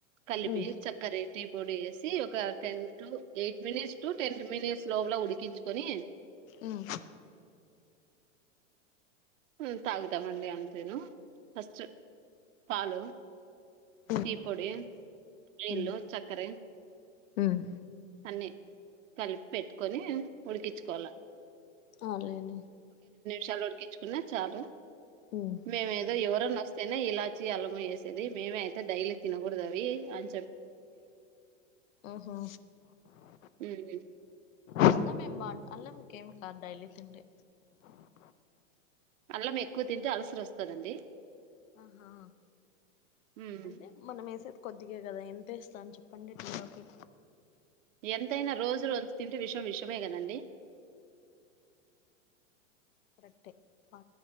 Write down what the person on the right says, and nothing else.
కలిపి
చక్కరే టీ పొడి వేసి సీ ఒక ten to eight minutes to ten minutes లోపల ఉడికించుకొని
ఉమ్ తాగుతామండి అంతేను ఫస్ట్ పాలు
టీ పొడి నీళ్లుు
చక్కర
అన్నీ కలిపిపెట్టుకొని ఉడికించుకోవాల
చాల ఉడికించుకో చ్ కున్నా చాలు
మేమే దో ఎవరఅన్న వస్ తేనె ఇలాచి అల్లం వేసేది మేమే అయితే డైలీ తినకూడదు అవి అన్
ఉమ్.
అల్లం ఎక్కువ తింటే అలసర్ వస్తదండి
ఉమ్.
ఎంతైనా రోజు రొంతు తింటే విషయం విషమే కదండి